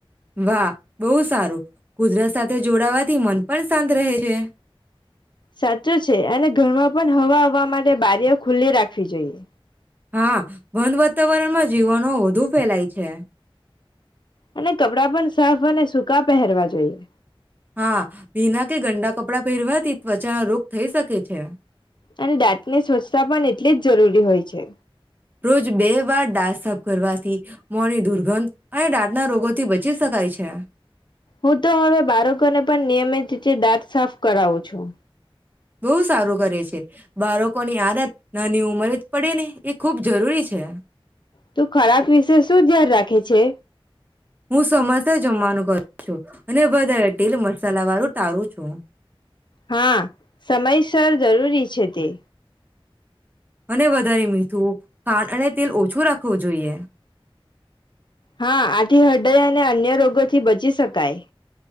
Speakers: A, on the right (about 20°); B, on the left (about 55°).
A: વાહ બહુ સારું કુદરત સાથે જોડાવાથી મન પણ શાંત રહે છે.
B: સાચું છે અને ઘરમાં પણ હવા હવા માટે બારીઓ ખુલ્લી રાખવી જોઈએ.
A: હા બંધ વાતાવરણમાં જીવાનો વધુ ફેલાય છે.
B: અને કપડા પણ સાફ અને સૂકા પહેરવા જોઈએ.
A: હા, ભીના કે ગંડા કપડાં પહેરવાથી ત્વચાના રોગ થઈ શકે છે.
B: અને દાંતને સ્વચ્છતા પણ એટલી જ જરૂરી હોય છે.
A: રોજ બે વાર <unintelligible> કરવાથી મોને દુર્ગંધ અને દાંત ના રોગોથી બચ ચી શકાય છે.
B: હું તો હવે બારકોને પણ નિયમિત રીતે દાંત સાફ કરાવું છું.
A: બહુ સારું કરે છે બાળકોની આદત નાની ઉંમરે જ પડે ને એ ખૂબ જરૂરી છે.
B: તુ ખરાબ વિશે શું ધ્યાન રાખે છે.
A: હું સમયસર જમવાનું કરું છું. અને વધારે ટેલ મસાલા વાળું ટાળું છું.
B: હા, સમયસર જરૂરી છે તે.
A: અને વધારે મીઠું <unintelligible> અને તેલ ઓછું રાખ વું જોઈએ.
B: હા, આથી હૃદય અને અન્ય રોગોથી બચી શકાય.